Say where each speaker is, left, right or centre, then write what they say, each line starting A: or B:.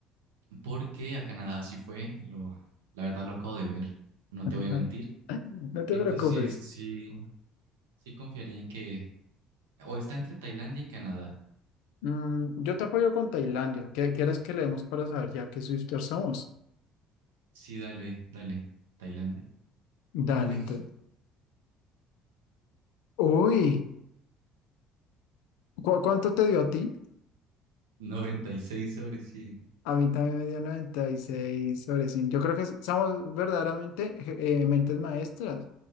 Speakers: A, on the right; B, on the left.
A: porque a Canadá sí fue. Lo, la verdad lo acabo de ver. No
B: <laughs>
A: te voy a mentir.
B: No te
A: Entonces
B: preocupes.
A: sí, sí, sí confiaría en que o está entre Tailandia y Canadá.
B: Mm, yo te apoyo con Tailandia. ¿Qué quieres que leemos para saber ya qué Swifters somos?
A: Sí, dale, dale, Tailandia.
B: Dale,
A: Uy,
B: entonces. Uy, ¿cu- cuánto te dio a ti?
A: 96 sobre 100.
B: A mí también me dio 96 sobre 100. Yo creo que s- somos verdaderamente eh, mentes maestras,